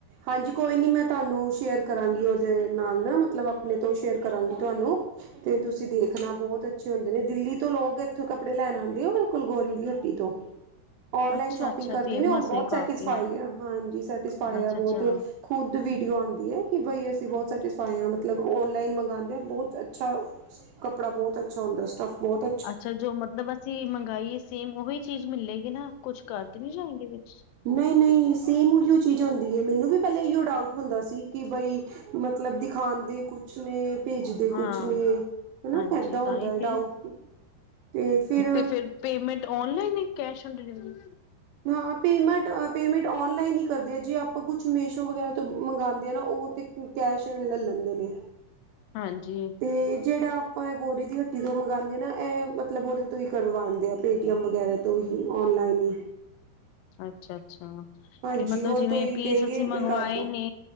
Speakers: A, on the right; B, on the left.
A: ਹਾਂਜੀ, ਕੋਈ ਨੀ, ਮੈਂ ਤੁਹਾਨੂੰ ਸ਼ੇਅਰ ਕਰਾਂਗੀ ਉਹਦੇ ਨਾਲ ਮਤਲਬ ਆਪਣੇ ਤੋਂ ਸ਼ੇਅਰ ਕਰਾਂਗੀ ਤੁਹਾਨੂੰ। ਤੇ ਤੁਸੀਂ ਦੇਖਣਾ ਬਹੁਤ ਅੱਛੇ ਹੁੰਦੇ ਨੇ ਦਿੱਲੀ ਤੋਂ ਲੋਕ ਇੱਥੋਂ ਕੱਪੜੇ ਲੈਣ ਆਉਂਦੇ ਹੋ ਕੁਲਗੋਰੀ ਦੀ ਹੱਟੀ ਤੋਂ।
B: <inaudible>
A: । ਆਨਲਾਈਨ
B: ਅੱਛਾ
A: ਸ਼ੋਪਿੰਗ
B: ਅੱਛਾ
A: ਕਰਦੇ
B: ਫੇਮਸ
A: ਨੇ ਔਰ ਬਹੁਤ
B: ਏ
A: ਸੈਟਸਫਾਈਢ
B: ਕਾਫੀ
A: ਆ ਹੁਣ ਬਹੁਤ ਸੈਟਸਫਾੲਈਢ
B: ਅੱਛਾ
A: ਬਹੁਤ।
B: ਅੱਛਾ
A: ਖੁਦ ਵੀਡੀਓ ਆਉਂਦੀ ਹੈ ਕਿ ਬਈ ਅਸੀਂ ਬਹੁਤ ਸੈਟਿਸਫਾਈ ਹਾਂ ਮਤਲਬ ਓਨਲਾਈਨ। ਗਾਉਂਦੇ ਆ ਬਹੁਤ ਅੱਛਾ। ਕੱਪੜਾ ਬਹੁਤ ਅੱਛਾ ਹੁੰਦਾ। ਬਹੁਤ
B: ਅੱਛਾ ਜੋ ਮਤਲਬ ਅਸੀਂ ਮੰਗਾਈਏ ਸੇਮ ਉਹੀ ਚੀਜ਼ ਮਿਲੇਗੀ ਨਾ। ਕੁਛ ਕਰ ਤੇ ਨਹੀਂ ਜਾਏਗੇ ਵਿੱਚ
A: ਨਹੀਂ -ਨਹੀਂ ਸੇਮ ਉਹੀਓ ਚੀਜ਼ ਹੁੰਦੀ ਹੈ। ਮੈਨੂੰ ਵੀ ਪਹਿਲੇ ਇਹੀਓ ਡਾਊਟ ਹੁੰਦਾ ਸੀ ਕਿ ਬਈ ਮਤਲਬ ਦਿਖਾਉਦੇ ਕੁਛ ਨੇ। ਭੇਜਦੇ
B: ਹਾਂ
A: ਕੁਛ ਨੇ। ਹਨਾ
B: ਹਾਂਜੀ
A: ਏਦਾਂ ਹੁੰਦਾ
B: ਤਾਂ ਹੀ
A: ਹੈ
B: ਤੇ
A: ਡਾਊਟ। ਤੇ ਫਿਰ
B: ਤੇ ਪੇਮੈਂਟ ਔਨਲਾਈਨ ਹੀ ਕੈਸ਼ ਔਨ ਡਿਲੀਵਰੀ।
A: ਹਾਂ। ਪੇਮੈਂਟ, ਪੇਮੈਂਟ ਔਨਲਾਈਨ ਹੀ ਕਰਦੇ ਆ ਜੇ ਆਪਾਂ ਕੁਛ ਮੇਸ਼ੋ ਵਗੈਰਾ ਤੋਂ ਮੰਗਵਾਉਂਦੇ ਹਾਂ ਨਾ ਉਹ ਤਾਂ ਕੈਸ਼ ਹੋਣ ਲੈ ਲੈਂਦੇ ਨੇ।
B: ਹਾਂਜੀ।
A: ਅਤੇ ਜਿਹੜਾ ਆਪਾਂ ਇਹ ਗੋਰੀ ਦੀ ਹੱਟੀ ਤੋਂ ਮੰਗਵਾਉਦੇ ਹਾਂ ਨਾ ਇਹ ਮਤਲਬ ਉਹਦੇ ਤੋਂ ਹੀ ਕਰਵਾਉਂਦੇ ਆ। ਪੇਟੀਐੱਮ ਵਗੈਰਾ ਤੋਂ ਹੀ ਔਨਲਾਈਨ ਹੀ।
B: ਅੱਛਾ ਅੱਛਾ,
A: ਹਾਂਜੀ
B: ਤੇ ਮਤਲਬ
A: ਔਰ
B: ਜਿਵੇਂ
A: ਤੋਂ ਹੀ
B: ਪੀਸ
A: ਕਹੇਂਗੇ
B: ਅਸੀਂ ਮੰਗਵਾਏ
A: ਵੀ ਕਰ ਦੋ
B: ਨੇ।